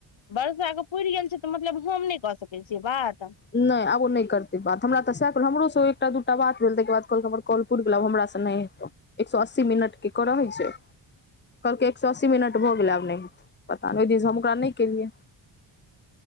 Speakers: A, on the left (about 75°); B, on the left (about 25°).
A: वर्षा के पुरि गेल छै। तऽ मतलब हम नहि कऽ सकैत छियै बात
B: नहि आबो नहि करतै बात हमरा तऽ सएह हमरो से एकटा दूटा बात भेल ताहिके बादल हमर कॉल पूरे हमरासँ नहि हेतौ, एक सए अस्सी मिनटके कऽ रहै छै। कहलके एक सए अस्सी मिनट भऽ गेलै। आब नहि पता, ओहि दिनसँ हम ओकरा नहि केलियै।